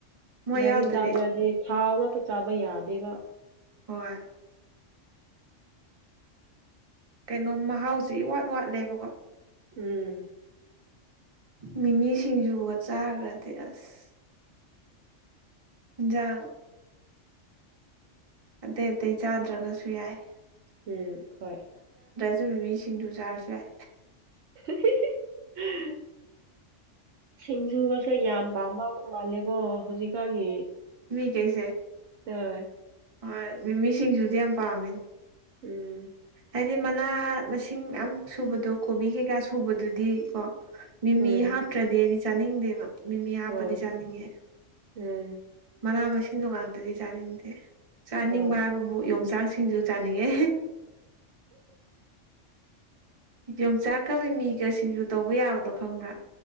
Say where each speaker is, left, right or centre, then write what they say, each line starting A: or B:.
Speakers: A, on the right; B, on the right.
A: ꯃꯣꯏ
B: ꯒꯥꯔꯤ
A: ꯌꯥꯎꯗꯗꯤ
B: ꯆꯥꯗ꯭ꯔꯗꯤ ꯊꯥꯎ ꯉꯥꯛꯇ ꯆꯥꯕ ꯌꯥꯗꯦꯕ
A: ꯍꯣꯏ ꯀꯩꯅꯣ ꯃꯍꯥꯎꯁꯤ ꯋꯥꯠ ꯋꯥꯠꯂꯦꯕꯀꯣ
B: ꯎꯝ
A: ꯃꯤꯃꯤꯁꯤꯡꯖꯨ ꯋꯥ ꯆꯥꯈ꯭ꯔꯗꯤ ꯑꯁ ꯖ <unintelligible> <inaudible> ꯑꯇꯩ ꯑꯇꯩ ꯆꯥꯗ꯭ꯔꯒꯁꯨ ꯌꯥꯏ
B: ꯎꯝ ꯍꯣꯏ
A: ꯑꯗꯨꯅ ꯃꯤꯁꯤꯡꯗꯨ ꯆꯥꯔꯁꯨ ꯌꯥꯏ
B: <unintelligible> <inaudible> ꯁꯤꯡꯖꯨꯒꯁꯦ ꯌꯥꯝ ꯄꯥꯃ ꯃꯥꯜꯂꯦꯀꯣ ꯍꯧꯖꯤꯛꯀꯥꯟꯒꯤ
A: ꯇꯃꯤ ꯃꯤ ꯀꯩꯁꯦ
B: ꯑ <unintelligible> <inaudible>
A: ꯍꯣꯏ ꯃꯤꯃꯤꯁꯤꯡꯖꯗꯤ ꯌꯥꯝ ꯄꯥꯝꯃꯤꯅꯦ
B: ꯎꯝ
A: ꯍꯥꯏꯗꯤ ꯃꯅꯥ ꯃꯁꯤꯡ ꯌꯥꯝꯌꯥꯝ ꯁꯨꯕꯗꯣ ꯀꯣꯕꯤ ꯀꯩꯀꯥ ꯁꯨꯕꯗꯨꯗꯤ ꯀꯣ ꯃꯤꯃꯤ
B: ꯎꯝ
A: ꯍꯥꯞꯇ꯭ꯔꯗꯤ ꯑꯩꯗꯤ ꯆꯥꯅꯤꯡꯗꯦꯕ ꯃꯤꯃꯤ ꯍꯥꯞꯄꯗꯤ
B: ꯍꯣꯏ
A: ꯆꯥꯅꯤꯡꯉꯦ
B: ꯎꯝ
A: ꯃꯅꯥ ꯃꯁꯤꯡꯗꯣ ꯉꯥꯛꯇꯗꯤ ꯆꯥꯅꯤꯡꯗꯦ ꯆꯥꯅꯤꯡꯕ
B: ꯍꯣꯏ
A: ꯍꯥꯏꯕꯕꯨ ꯌꯣꯡꯆꯥꯛ ꯁꯤꯡꯖꯨ ꯆꯥꯅꯤꯡꯉꯦ ꯌꯣꯡꯆꯥꯛ ꯀꯕ ꯃꯤꯒꯁꯤꯁꯨ ꯇꯧꯕ ꯌꯥꯕꯗꯣ ꯈꯪꯕ꯭ꯔꯥ